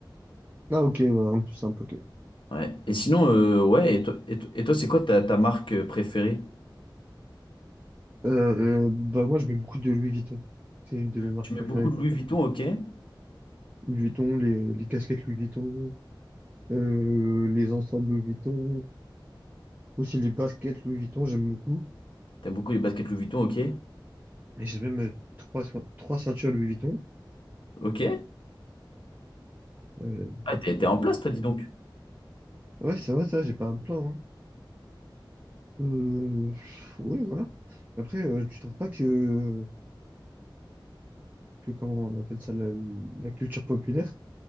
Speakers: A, on the right; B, on the left.
A: Ah, ok, bah, un plus simple, ok.
B: Ouais. Et sinon, euh, ouais, et toi, et toi, et toi, c'est quoi ta, ta marque euh, préférée?
A: Euh, euh, bah, moi, je mets beaucoup de Louis Vuitton. C'est une de mes marques
B: Tu
A: préférées.
B: mets beaucoup de Louis Vuitton, ok. T'aimes
A: Louis Vuitton, les, les casquettes Louis Vuitton, euh, les ensembles Louis Vuitton. Aussi les baskets Louis Vuitton, j'aime beaucoup.
B: beaucoup les baskets Louis Vuitton, ok.
A: Et j'ai même euh, trois, so- trois ceintures Louis Vuitton.
B: Ok.
A: Euh,
B: Ah, t'es t'es en place,
A: euh, c-
B: toi, dis donc.
A: ouais, ça va, ça, j'ai pas à me plaindre. hein. Euh, oui, voilà. Après, euh, tu trouves pas que, que comment on appelle ça, la, la culture populaire,